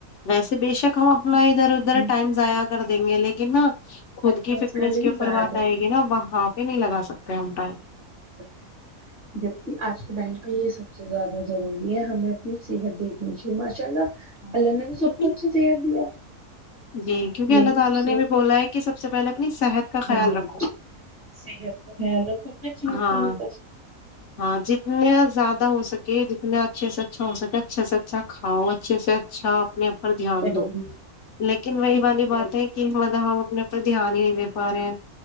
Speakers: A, on the left (about 65°); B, on the right (about 40°).
A: ویسے بے شک ہم اپنا ادھر ادھر
B: لیکن
A: ٹائم ضائع کر دیں گے لیکن نا خود کی
B: خرچ
A: فٹنیس
B: کر لے
A: کے اوپر
B: ضائع
A: بات
B: کر
A: آئے گی نا وہ وہاں پہ ہاھت نہیں لگا سکتے ڑیم پے
B: اچ <inaudible> جبکہ آج کے ٹائم پہ یہ سب سے زیادہ ضروری ہے ہمیں اپنی صحت دیکھنی چاہیے ماشاء اللہ
A: ہاں
B: اللہ نے سب
A: کیونکہ
B: کو اچھی صحت دی ہے
A: کیونکہ
B: لیکن
A: اللہ تعالی
B: اس صحت
A: نے ہمیں کہاں ہے کہ سب سے پہلے اپنی صحت کا خیال
B: ہاں
A: رکھو
B: صحت کا <inaudible>
A: ہاں ہاں جتنا زیادہ ہو سکتا کہ جتنا اچھے سے اچھا ہو سک اچھے سے اچھا کھاؤ اچھے سے اچھا اپنے پر دھیان
B: خیال
A: دو لیکن وہی
B: رکھو،
A: والی بات ہے کہ اپ پر دھیان ہی نہیں دے پا رہے ہیں